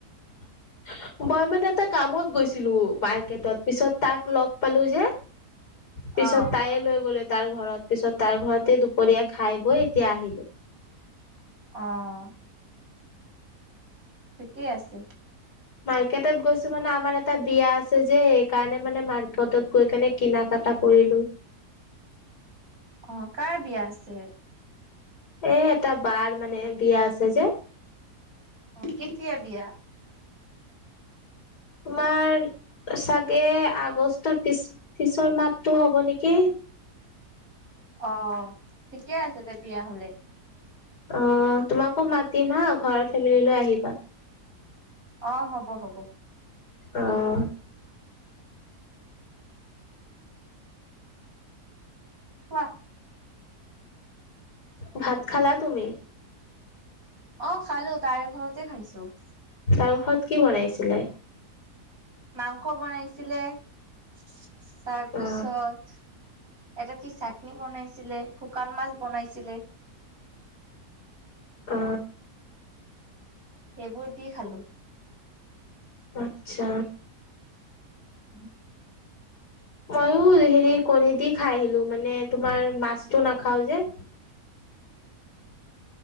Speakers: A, on the left (about 75°); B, on the right (about 60°).
A: <inaudible> মই মানে এটা কামত গৈছিলো মাৰ্কেটত পিছত তাক লগ পালো যে। পিছত
B: অ',
A: তাইে লৈ গ'লে। তাৰ ঘৰত পিছত তাৰ ঘৰতে দুপৰীয়া খাই বৈ এতিয়া আহিলো।
B: আহ। ঠিকেই আছে।
A: মাৰ্কেটত গৈছো মানে আমাৰ এটা বিয়া আছে যে সেই কাৰণে মানে মাৰ্কেটত গৈ কেনে কিনা কাম। টা কৰিলো।
B: আহ কাৰ বিয়া আছে?
A: এ এটা বাৰ মানে বিয়া আছে যে।
B: অ', কেতিয়া বিয়া?
A: তোমাৰ চাগে আগষ্টৰ পিছ পিছৰ মাহতটো হ'ব নেকি।
B: অ' ঠিকে আছে দে বিয়া হলে।
A: অ' তোমাকো মাতিম হা ঘৰৰ ফেমিলি লৈ আহিবা।
B: অ' হব হ'ব।
A: আহ।
B: কোৱা
A: ভাত খালা তুমি?
B: অ খালো তাইৰ ঘৰতে খাইছো
A: তাৰ পৰত কি বনাইছিলে
B: মাংস বনাইছিলে তাৰপিছত
A: অ
B: এটা কি চাটনি বনাইছিলে শুকান মাছ বনাইছিলে
A: অ
B: এইবোৰ দি খালোঁ
A: আচ্ছা
B: উম
A: মইো হেৰি কণী দি খাই আহিলো মানে তোমাৰ মাছতটো নাখাও যে